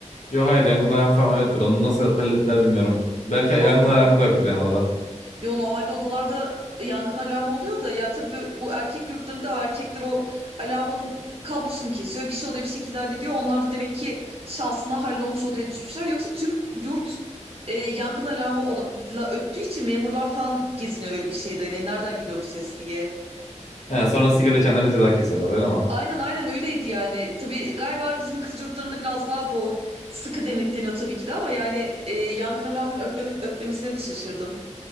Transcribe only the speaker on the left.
Yo hayır yangın alarmı falan evet bir onu nasıl hallettiler bilmiyorum. Belki yangın
alarmı da yoktur yani odada.
He, sonra sigara içenlere ceza kesiyorlar öyle mi?